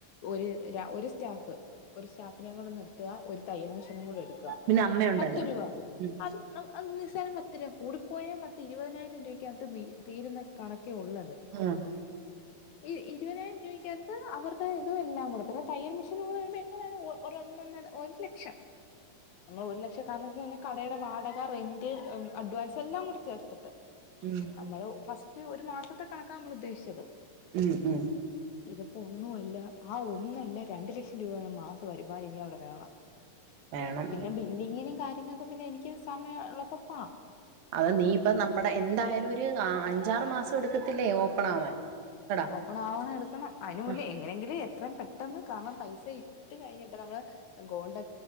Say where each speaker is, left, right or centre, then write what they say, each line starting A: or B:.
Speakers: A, on the left; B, on the right.
A: ഒര് ഒര് സ്റ്റാഫ് ഒരു സ്റ്റാഫിനേം കൂടെ നിർത്തുക ഒരു തയ്യൽ മിഷനും കൂടെ എടുക്ക
B: പിന്നെ അമ്മയുണ്ടല്ലോ
A: പത്ത് രൂപ
B: ഉം
A: അത് അത് നിസ്സാരം പത്ത് രൂപ കൂടിപ്പോയാ പത്ത് ഇപതിനായിരം രൂപയ്ക്കകത്ത് നി തീരുന്ന കണക്കെ ഉള്ളത്
B: ഉം
A: ഈ ഇരുപതിനായിരം രൂപയ്ക്കകത്ത് അവരുടെ ഇതും എല്ലാം കൂടെ പിന്നെ തയ്യൽ മെഷീനും കൂടെ വരുമ്പോ എങ്ങനെയാലും ഒ ഒരൊന്നൊന്നര ഒരു ലക്ഷം നമ്മൾ ഒരു ലക്ഷം കാരണം വെച്ചതെന്നെ കടയുടെ വാടക റെന്റ് അഡ്വാൻസ് എല്ലാം കൂടെ ചേർത്തിട്ട്
B: ഉം
A: നമ്മള് ഫസ്റ്റ് ഒരു മാസത്തെ കണക്കാണ് നമ്മൾ ഉദ്ദേശിച്ചത്
B: ഉം ഉം
A: ഇതിപ്പം ഒന്നുവല്ല ആ ഒന്നല്ല രണ്ടു ലക്ഷം രൂപയാണ് മാസം വരുമാനം ഇനി അവിടെ വേണം
B: വേണം
A: പിന്നെ ബില്ലിങ്ങിനും കാര്യങ്ങക്കൊക്കെ പിന്നെ എനിക്ക് സമയം ഉള്ളപ്പം പോവാ
B: അത് നീ ഇപ്പം നമ്മുടെ എന്തായാലും ഒരു അഞ്ചാറ് മാസം എടുക്കത്തില്ലേ ഓപ്പൺ ആവാൻ കട
A: ഒപ്പൺ ആവാൻ എടുക്കണം അയ്ന് മുന്നേയ്
B: ആ
A: എങ്ങനെങ്കിലും എത്രെം പെട്ടെന്ന് കാരണം പൈസ ഇട്ട് കഴിഞ്ഞ് ഇപ്പം നമ്മള് ഗോൾഡൊ